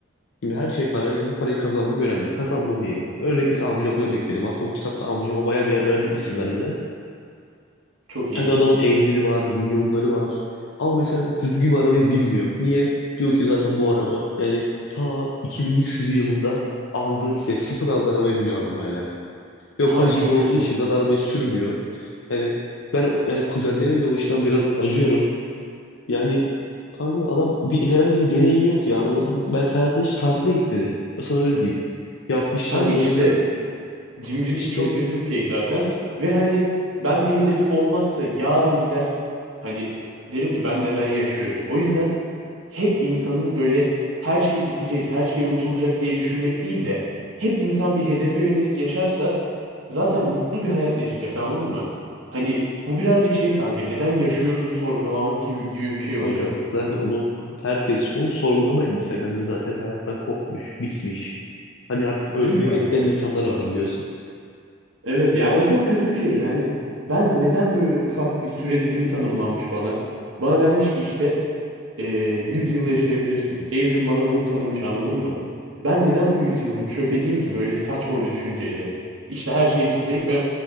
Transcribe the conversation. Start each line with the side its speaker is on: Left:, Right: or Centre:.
Left: Şimdi her şey para ve bu parayı kazanmak önemli. Kazandın diyelim. Örnek mesela amcamdan örnek vereyim. Hatta bu kitapta amcama bayağı bir yer verdim isim vermeden.
Right: Çok iyi.
Left: Kanka adamın evleri var, milyonları var. Ama mesela düzgün bir arabayı binmiyor. Niye? Diyor ki zaten bu araba yani ta 2300 yılında aldığı sıfır aldığı arabaya biniyor adam hala. Ve o
Right: Abi
Left: kadar cimri
Right: çok
Left: olduğu
Right: kötü.
Left: için zaten arabayı sürmüyor. Yani ben yani kuzenlerime de o açıdan biraz acıyorum. Yani kanka adam bir herhangi bir deneyim yok ya adamın. Belki hayatında hiç tatile gitmedi. Ben Sana öyle diyeyim. Yaptığı işten
Right: Kanka
Left: dolayı
Right: işte
Left: da
Right: Cimrilik
Left: işte
Right: çok kötü bir şey zaten. Ve hani ben bir hedefim olmazsa yarın gider hani derim ki ben neden yaşıyorum. O yüzden hep insanın böyle her şey bitecek, her şey unutulacak diye düşünmek değil de hep insan bir hedefe yönelik yaşarsa zaten mutlu bir hayat yaşayacak anladın mı? Hani bu birazcık şey kanka neden yaşıyoruzu sorgulamak gibi, gibi bir şey oluyor.
Left: kanka zaten onu herkes onu sorgulamayan insan kanka zaten hayattan kopmuş, bitmiş. Hani artık ölmeyi
Right: Değil mi kanka?
Left: bekleyen insanlar var biliyorsun.
Right: Evet ya o çok kötü bir şey yani ben neden böyle ufak bir süre dilimi tanımlanmış bana? Bana denmiş ki işte e, 100 yıl yaşayabilirsin. Evrim bana bunu tanımış anladın mı?
Left: Evet.
Right: Ben neden bu 100 yılımı çöp edeyim ki böyle saçma bir düşünceyle? İşte her şey bitecek ben